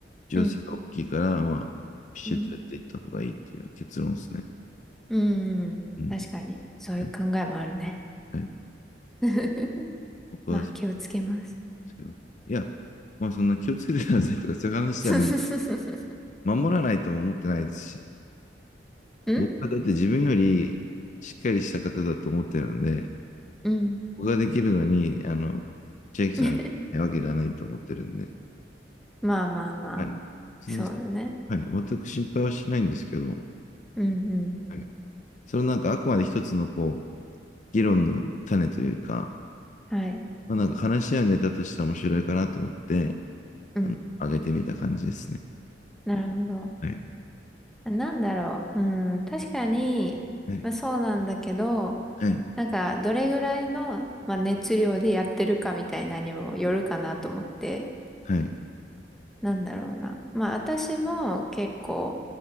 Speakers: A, on the left; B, in the centre.
A: 需要が大きいから、
B: うん。
A: まあ、ピシッとやっていった方がいいっていう結論ですね。
B: うん。うん。うん確かに。
A: うん。
B: そういう考えもあるね。
A: はい。はい、
B: <laughs>
A: 僕はそう
B: まあ、気をつけます。
A: ですけど。いや、まあ、そんな気をつけてくださいとか、そういう話じゃない。
B: <laughs>
A: 守らないとも思ってないですし、
B: うん
A: 僕はだって自分よりしっかりした方だと思ってるんで、
B: うん。
A: 僕ができるのに、あの、千秋さんがないわけがないと思ってるんで、
B: <laughs> まあまあまあ。
A: はい。そんな、
B: そうだね。
A: はい。全く心配はしないんですけど、
B: うんうん。
A: はいそのなんかあくまで一つのこう、議論の種というか、
B: はい。
A: まあ、なんか話し合うネタとしては面白いかなと思って、
B: うん。
A: あの、上げてみた感じですね。
B: なるほど。
A: はい。
B: なんだろう。うん、確かに、
A: はい。
B: まあ、そうなんだけど、
A: はい。
B: なんか、どれぐらいの、まあ、熱量でやってるかみたいなにもよるかなと思って、
A: はい。
B: なんだろうな。まあ、私も結構、